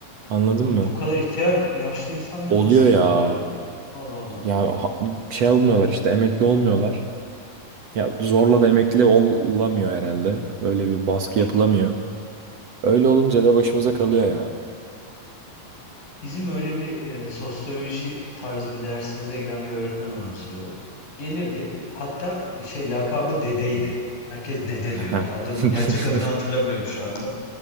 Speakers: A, on the right; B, on the left.
A: Anladın
B: Hmm,
A: mı?
B: o kadar ihtiyar yaşlı insanları
A: Oluyor
B: nasıl
A: ya.
B: yapıyorlar öğretmen? Allah Allah.
A: Ya ha- şey olmuyorlar işte emekli olmuyorlar. Ya zorla
B: Hmm,
A: da emekli olamıyor herhalde. Öyle bir baskı yapılamıyor.
B: Allah.
A: Öyle olunca da başımıza kalıyor ya.
B: Bizim öyle bir e, sosyoloji tarzı bir dersimize giren bir öğretmen anımsıyorum. Gelirdi. Hatta e, şey lakabı dedeydi. Herkes dede diyordu.
A: Heh.
B: Adamın
A: <laughs>
B: gerçek adını hatırlamıyorum şu anda.